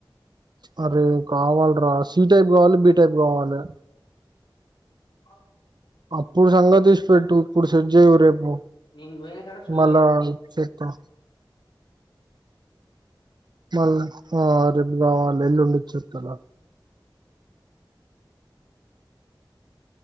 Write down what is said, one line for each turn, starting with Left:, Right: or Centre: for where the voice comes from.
Right: అరే కావాలరా సి టైప్ కావాలి బి టైప్ కావాలి
Left: అ
Right: అప్పుడు సంగతి ఇడిచిపెట్టు ఇప్పుడు సెట్ చెయ్యి రేపు
Left: నేను పోయిన కాడ ఫుల్లు
Right: మళ్ళా చెత్తా మళ్ళీ ఆ రేపు కావాలి ఎల్లుండి చూస్తారా